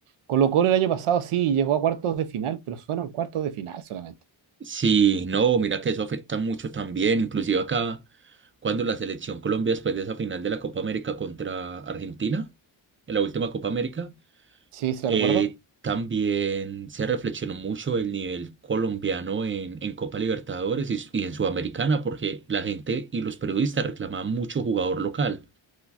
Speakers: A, on the right; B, on the right.
A: Colo-Colo el año pasado sí llegó a cuartos de final, pero fueron cuartos de final solamente.
B: Sí, no, mira que eso afecta mucho también, inclusive acá, cuando la selección Colombia, después de esa final de la Copa América contra Argentina, en la última Copa América,
A: Sí, se
B: eh,
A: lo recuerdo.
B: también se reflexionó mucho el nivel colombiano en, en Copa Libertadores y, y en Sudamericana, porque la gente y los periodistas reclamaban mucho jugador local.